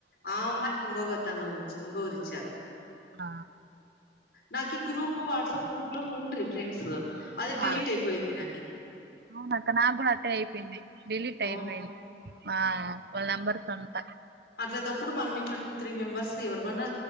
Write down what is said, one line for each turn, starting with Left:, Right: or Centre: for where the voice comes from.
Left: ఆ అమ్మాయికి ఇంగొగతను ఇచ్చి ఇంగోరిచ్చారు.
Right: ఆ
Left: నాకి గ్రూప్ వాట్సాప్ గ్రూప్ లో ఉండ్రి ఫ్రెండ్స్ అది డిలీట్
Right: ఆ
Left: అయిపోయింది నాకి
Right: అవునక్క నాక్ గుడ అట్టే అయిపొయ్యింది డిలీట్
Left: అవును
Right: అయిపొయింది ఆ వాళ్ నంబర్స్ అంత
Left: అట్లా తప్పుడు మనం ఇట్ల టూ త్రీ మెంబర్స్ ఎవరువన్నా